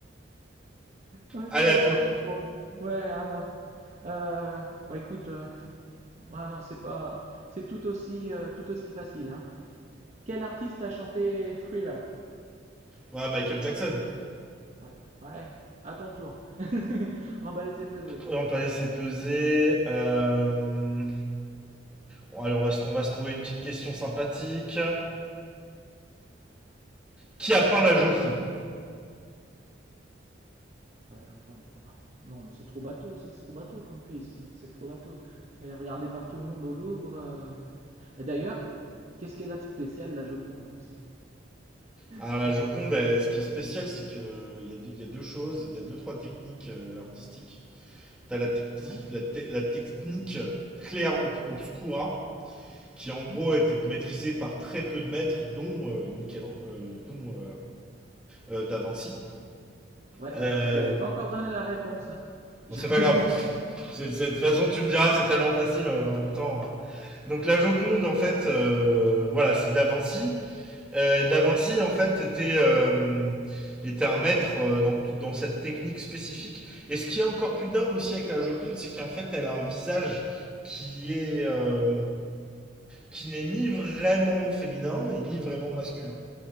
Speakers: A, on the right; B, in the centre.
A: Ok.
B: Allez, à toi.
A: Bon, ouais, à moi. Euh, bon, écoute, euh, ah non, c'est pas, c'est tout aussi, euh, tout aussi facile, hein. Quel artiste a chanté Thriller?
B: Ouais, Michael Jackson.
A: Ouais, ouais. À ton tour. <laughs> Emballé, c'est pesé.
B: On va laisser peser. euh, bon, allez, on va, se- on va se trouver une petite question sympathique. Qui a peint la Joconde
A: Voilà, je Non, mais c'est trop bateau, c'est trop bateau comme quiz, c'est trop bateau. Elle est regardée par tout le monde au Louvre. euh. D'ailleurs, qu'est-ce qu'elle a de spécial, la Joconde, hein, c'est...
B: Alors,
A: c'est-
B: la Joconde, elle, ce qui est spécial, c'est qu'il y, il y a deux choses. Il y a deux, trois techniques euh, artistiques. T'as la, techti-
A: Ouais,
B: la, te- la technique claire ob- obscura, qui en
A: mhm.
B: gros a été maîtrisée par très peu de maîtres, dont, euh, Michel- euh, dont euh, euh, Da Vinci.
A: Ouais,
B: Euh,
A: bah, j'avais pas encore donné la réponse, hein. <laughs>
B: bon, c'est pas grave. C'est- De toute façon, tu me diras, c'est tellement facile euh, en même temps. euh. Donc la Joconde, en fait, euh, voilà, c'est Da Vinci. Euh, da Vinci, en fait, était, euh, était un maître euh, dans, dans cette technique spécifique. Et ce qui est encore plus dingue aussi avec la Joconde, c'est qu'en fait, elle a un visage qui est euh, qui n'est ni vraiment féminin et ni vraiment masculin.